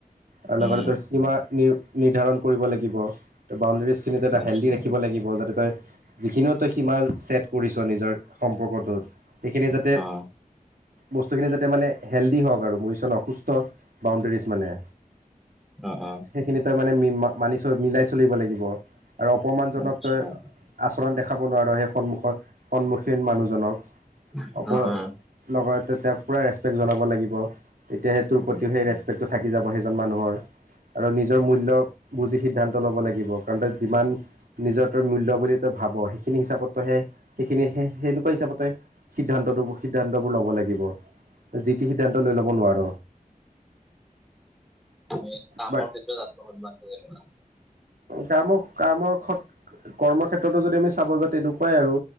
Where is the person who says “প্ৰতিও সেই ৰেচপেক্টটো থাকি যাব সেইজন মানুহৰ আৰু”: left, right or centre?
Right